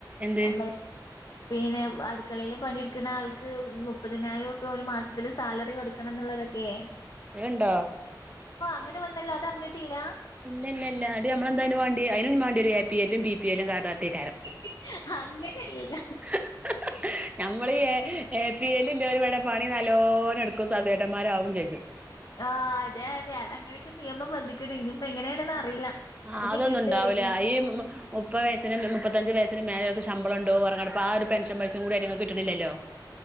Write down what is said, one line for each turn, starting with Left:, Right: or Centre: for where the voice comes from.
Right: എന്ത്
Left: നമ്മ പിന്നെ അടുക്കളയില് പണിയെടുക്ക്ണ ആൾക്ക് മുപ്പതിനായിരം രൂപ്യാ ഒരു മാസത്തില് സാലറി കൊടുക്കണ ന്നുള്ള തൊക്കെ
Right: ങ്ങനണ്ടോ
Left: അങ്ങനെ വന്നല്ലോ അതറിഞ്ഞിട്ടില്ല
Right: ഇല്ല ഇല്ല ഇല്ല അത് നമ്മളെന്തായിന് വാണ്ടിയെ അയനും വാണ്ടീരും A P L B P L card വർക്കേക്കാരം
Left: ഹി ഹി ഹി അങ്ങനല്ല
Right: ഹ് ഹ് ഹ ഞമ്മള് എപി എല്ല് ഇല്ലോലിവ്ടെ പണി നല്ലോണം എടുക്കും സാസ്യേട്ടന്മാരാവും ചേയ്യും
Left: ആഹ് അതെയ അതെ അങ്ങനെയൊക്കെ നിയമം വന്നക്കണ് ഇനിപ്പൊ എങ്ങനെണന്ന് അറിയില്ല
Right: ആ
Left: അതൊക്കെ
Right: അതൊന്നും
Left: കിട്ടുവായിരിക്കും
Right: ഉണ്ടാവില്ല ഈ മുപ്പത് വയസിന് മുപ്പത്തഞ്ചു വയസിന് മേലെക്കെ ഇ ശമ്പള ഉണ്ടോറ്ഞ് കൊണ്ട് ആ ഒരു പെൻഷ പൈസിം കൂടി ആയിറ്റിങ്ങൾക്ക് കിട്ടണില്ലല്ലോ ഇപ്പൊ